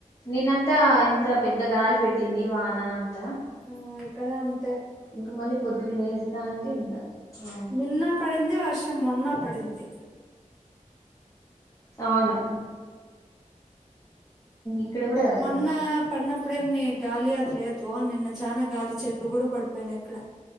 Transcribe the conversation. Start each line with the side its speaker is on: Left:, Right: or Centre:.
Left: నిేనంతా ఇంత పెద్ద గాలి పెట్టింది వాన అంతా
Centre: ఆ ఇక్కడ అంతే
Left: ఇంక మళ్ళీ పొద్దున లేసినాంచి ఎండ ఆ
Centre: నిన్న పడింది వర్షం మొన్న పడింది
Left: అవును ఇక్కడ కూడా పడింది
Centre: మొన్న పడినప్పుడేమి గాలి అదిలేదు నిన్న చానా గాలి చెట్లు కూడా పడిపోయినాయి అక్కడ